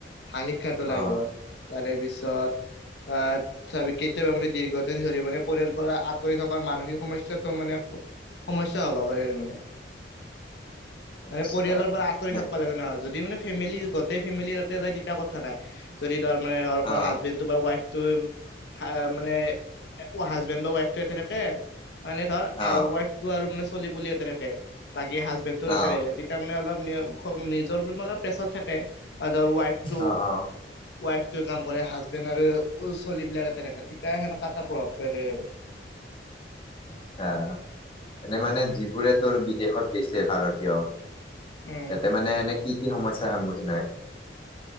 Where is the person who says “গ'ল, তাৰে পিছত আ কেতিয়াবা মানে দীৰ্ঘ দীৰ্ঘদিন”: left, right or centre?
Left